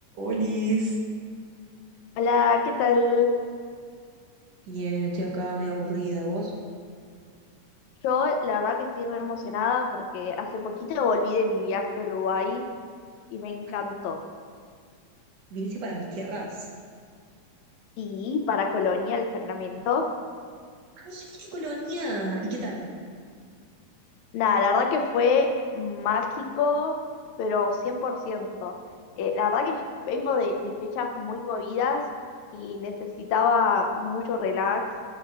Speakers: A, on the right; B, on the left.
A: Olis.
B: Hola, ¿qué tal?
A: Bien, estoy acá medio aburrida. ¿Vos?
B: Yo la verdad que estoy re emocionada porque hace poquito volví de mi viaje a Uruguay y me encantó.
A: Ay, viniste para mis tierras.
B: Sí, para Colonia, el Sacramento,
A: ¡Ay, qué colonia! ¿Y qué tal?
B: Nada, la verdad que fue mágico, pero 100%. Eh, la verdad que yo vengo de, de fechas muy movidas y necesitaba mucho relax,